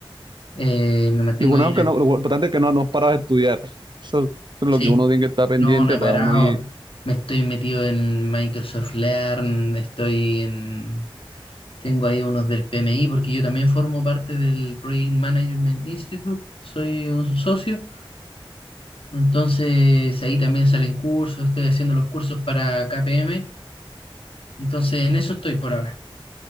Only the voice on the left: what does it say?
Eh, me mantengo
ahí en
el-
Sí,
no, no he parado.
Me estoy metido en Microsoft Learn, estoy en... Tengo ahí unos del PMI porque yo también formo parte del Project Management Institute, soy un socio. Entonces ahí también salen cursos, estoy haciendo los cursos para KPM, entonces en eso estoy por ahora.